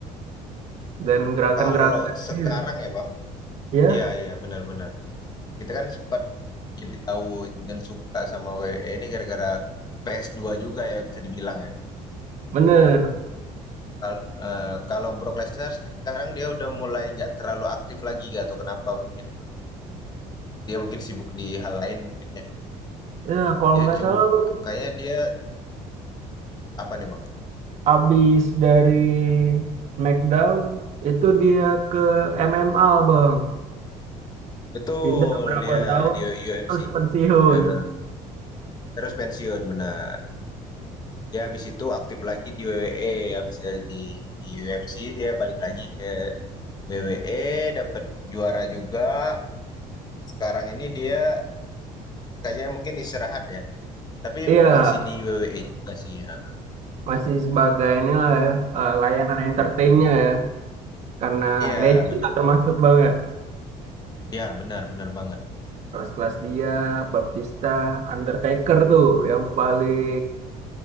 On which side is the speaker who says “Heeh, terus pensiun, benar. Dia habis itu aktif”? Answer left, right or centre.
Left